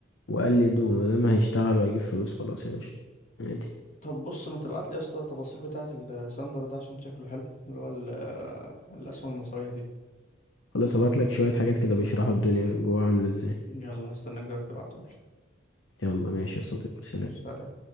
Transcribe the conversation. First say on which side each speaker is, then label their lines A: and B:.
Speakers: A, on the left; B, on the left.
A: وقلد وما دام هيشتغل وهيجيب فلوس خلاص يا باشا عادي
B: طب بص ما تبعت لي يا اسطى التفاصيل بتاعة الساندر ده عشان شكله حلو اللي هو ال- الأسهم المصرية دي
A: خلاص ابعت لك شوية حاجات كده بيشرحوا الدنيا جواها عاملة ازاي
B: يلا هستناك دلوقتي تبعتهم لي
A: يلا ماشي يا صديقي سلام
B: سلام